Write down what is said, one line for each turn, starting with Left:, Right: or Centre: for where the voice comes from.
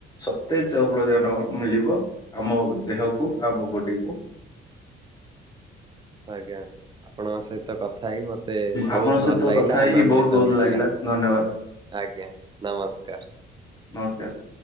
Left: ସତେଜ ଅମ୍ଳଜାନ ମିଳିବ। ଆମ ଦେହକୁ ଆମ ବଡିକୁ।
Right: ଆଜ୍ଞା ଆଜ୍ଞା ଆପଣଙ୍କ ସହିତ କ ଥା ହେଇକି ମତେ
Left: ଆପଣଙ୍କ
Right: ବହୁତ
Left: ସହିତ
Right: ଭଲ ଲାଗିଲା
Left: କଥା ହେଇକି
Right: ଆନନ୍ଦିତ
Left: ବହୁତ ବହୁତ
Right: ମିଳିଲା
Left: ଲାଗିଲା ଧନ୍ୟବାଦ
Right: ଆଜ୍ଞା। ନମସ୍କାର।
Left: ନମସ୍କାର।